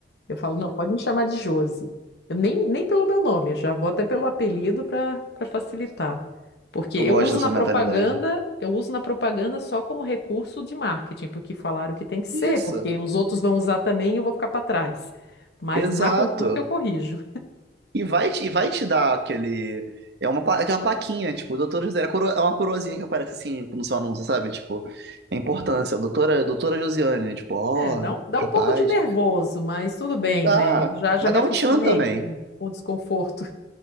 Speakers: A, on the left (about 65°); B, on the right (about 65°).
A: Eu falo, não, pode me chamar de Josi. Eu nem, nem pelo meu nome, eu já vou até pelo apelido para para facilitar. Porque
B: Eu
A: eu
B: gosto
A: uso
B: dessa
A: na propaganda,
B: mentalidade.
A: eu uso na propaganda só como recurso de marketing, porque falaram que tem que ser,
B: Isso,
A: porque os outros vão usar também e eu vou ficar para trás. Mas
B: exato.
A: na consulta eu corrijo.
B: E vai, te- e vai te dar aquele. É uma, pla- aquela plaquinha, tipo, doutora Josiane, é coro- é uma coroazinha que aparece assim no seu anúncio, sabe? Tipo, a importância, doutora, doutora Josiane, tipo, ó,
A: É, dá um, dá
B: rapaz.
A: um pouco de nervoso, mas tudo bem,
B: Dá,
A: né? Eu já, já
B: mas
A: me
B: dá
A: acostumei
B: um tchan também.
A: com, com o desconforto.